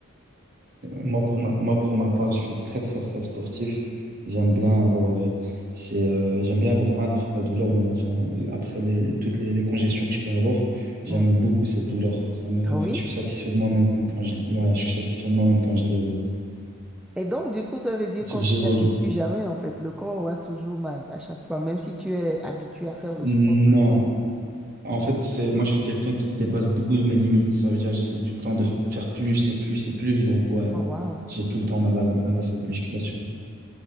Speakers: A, on the right; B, in the centre.
A: Moi pour ma, moi pour ma part, je suis très très très sportif. J'aime bien avoir, euh, c'est, euh, j'aime bien avoir mal en fait la douleur, mais enfin euh, après les, toutes les, les congestions que je peux avoir, j'aime
B: Mm.
A: beaucoup cette douleur. Ça me,
B: Ah
A: enfin
B: oui?
A: je suis satisfait de moi-même quand je, ouais, je suis satisfait de moi-même quand je les, ai.
B: Et donc, du coup, ça veut dire
A: c'est
B: qu'on
A: que
B: ne
A: j'évolue.
B: s'y habitue jamais, en fait. Le corps aura toujours mal à chaque fois, même si tu es habitué à faire le
A: Non,
B: sport tout le temps.
A: en fait c'est, moi je suis quelqu'un qui dépasse beaucoup mes limites. Ça veut dire que j'essaye tout le temps de faire plus et plus et plus. Donc ouais,
B: Oh, waouh.
A: j'ai tout le temps mal à la, à la salle de musculation.